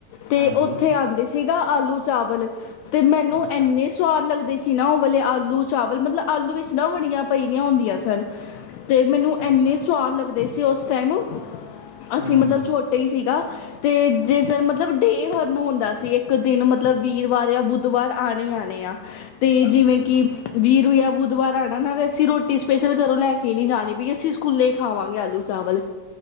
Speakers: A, on the left; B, on the right.
A: ਤੇ
B: ਹਾਂਜੀ
A: ਉੱਥੇ ਆਂਦੀ ਸੀਗਾ ਆਲੂ ਚਾਵਲ। ਤੇ ਮੈਨੂੰ
B: ਅੱਛਾ
A: ਐਨੇ ਸਵਾਦ ਲੱਗਦੇ ਸੀ ਨਾ ਓ ਵਲੇ ਆਲੂ ਚਾਵਲ ਮਤਲਬ ਆਲੂ ਵਿੱਚ ਨਾ ਬੜੀਆਂ ਪਈ ਦੀਆਂ ਹੁੰਦੀਆਂ ਸਨ। ਤੇ ਮੈਨੂੰ
B: ਅੱਛਾ
A: ਐਨੇ ਸਵਾਦ ਲੱਗਦੇ ਸੀ ਓਸ ਟਾਈਮ ਅਸੀਂ
B: ਹੂੰ
A: ਮਤਲਬ
B: ਹੂੰ
A: ਛੋ ਟੇ ਈ ਸੀਗਾ ਤੇ ਜਿਸ ਦਿਨ ਮਤਲਬ ਡੇ ਖਤਮ ਹੁੰਦਾ ਸੀ ਇੱਕ ਦਿਨ ਮਤਲਬ ਵੀਰ ਵਾਰ ਜਾਂ ਬੁੱਧਵਾਰ ਆਣੇ ਈ ਆਣੇ ਆ ਤੇ ਜਿਵੇਂ
B: ਅੱਛਾ
A: ਕਿ ਵੀਰੁ ਯਾਂ ਬੁੱਧਵਾਰ ਆਨਾ ਨਾ ਅਸੀਂ ਰੋਟੀ ਸਪੈਸ਼ਲ ਘਰੋਂ ਲੈ ਕੇ ਨੀ ਜਾਣੀ ਵੀ ਅਸੀਂ ਸਕੂਲੇ ਹੀ ਖਾਵਾਂਗੇ ਆਲੂ ਚਾਵਲ।